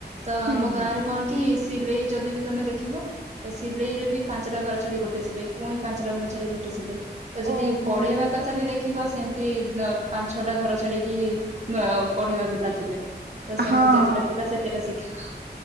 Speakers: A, on the right (about 40°); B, on the right (about 60°).
A: ତ
B: ହୁଁ
A: ଆମ
B: ହୁଁ।
A: ଗାଁରେ କଣ କି ସିଲେଇ ଯଦି ବି ତମେ ଦେଖିବ ତ ସିଲେଇ ରେ ବି ପାଞ୍ଚଟା ଘର ଛାଡି ଗୋଟେ ସିଲେଇ ପୁଣି ପାଞ୍ଚଟା ଘର ଛାଡି ଗୋଟେ ସିଲେଇ ତ ଯଦି
B: ଓହୋ
A: ପଢ଼େଇବା ତଥାପି ବି ଦେଖିବ ସେମିତି ପାଞ୍ଚ ଛଅଟା ଘର ଛାଡ଼ି କି ପଢ଼େଇବା ପିଲା ଥିବେ। ତ ସେମିତି
B: ହଁ।
A: ଯେତେଟା ପିଲା ସେତେଟା ଶିକ୍ଷକ।